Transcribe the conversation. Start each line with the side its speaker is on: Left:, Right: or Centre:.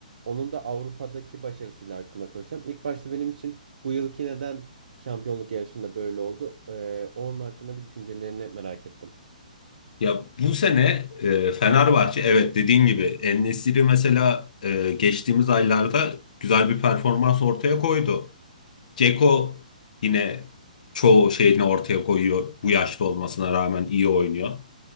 Right: Onun da Avrupa'daki başarısıyla hakkında konuşacağım. İlk başta benim için bu yılki neden şampiyonluk yarışında böyle oldu? Ee, onun hakkında bir düşüncelerini merak ettim.
Left: Ya bu sene e, Fenerbahçe evet dediğin gibi En-Nesyri mesela e, geçtiğimiz aylarda güzel bir performans ortaya koydu. Ceko yine çoğu şeyini ortaya koyuyor. Bu yaşta olmasına rağmen iyi oynuyor.